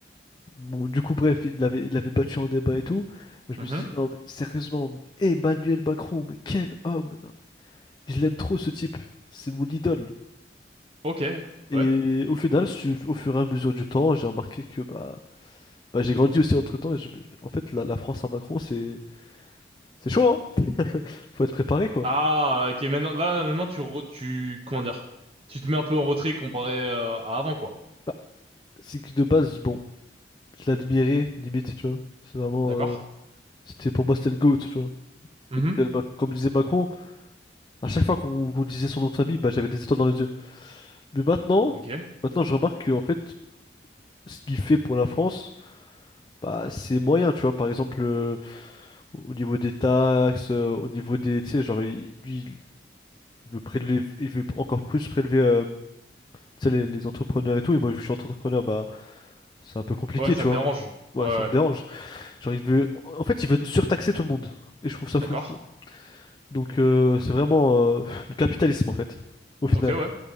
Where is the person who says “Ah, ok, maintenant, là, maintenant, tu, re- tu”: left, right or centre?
Right